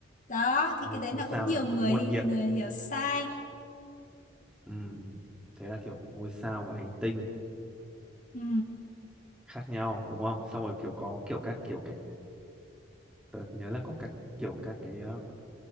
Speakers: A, on the left; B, in the centre.
A: Đó thì
B: một
A: cái đấy
B: ngôi
A: là
B: sao
A: cũng nhiều
B: là
A: người
B: có nguồn nhiệt
A: người hiểu sai.
B: ừ thế là kiểu ngôi sao và hành tinh
A: Ừ.
B: khác nhau đúng không xong rồi kiểu có kiểu các kiểu cái tớ nhớ là có các kiểu các cái ờ,